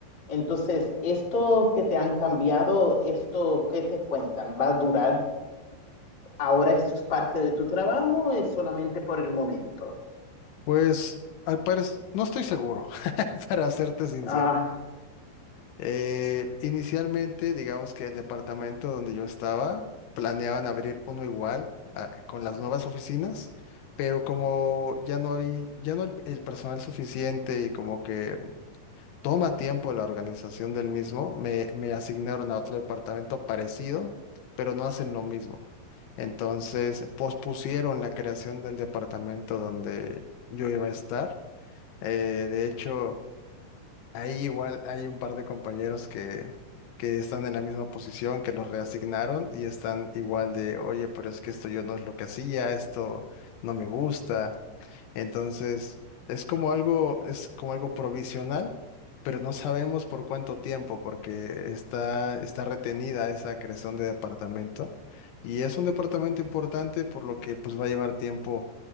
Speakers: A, on the left; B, on the left.
A: Entonces, esto que te han cambiado, esto que te cuentan, ¿va a durar? ¿Ahora esto es parte de tu trabajo o es solamente por el momento?
B: Pues al parecer, no estoy seguro, <laughs> para serte sincero.
A: Ah,
B: Eh, inicialmente, digamos que el departamento donde yo estaba planeaban abrir uno igual a- con las nuevas oficinas, pero como ya no hay, ya no hay el personal suficiente y como que toma tiempo la organización del mismo, me, me asignaron a otro departamento parecido, pero no hacen lo mismo. Entonces, pospusieron la creación del departamento donde yo iba a estar. Eh, de hecho... Ahí igual hay un par de compañeros que, que están en la misma posición, que los reasignaron y están igual de, oye, pero es que esto yo no es lo que hacía, esto no me gusta. Entonces, es como algo, es como algo provisional, pero no sabemos por cuánto tiempo, porque está, está retenida esa creación de departamento. Y es un departamento importante, por lo que pues va a llevar tiempo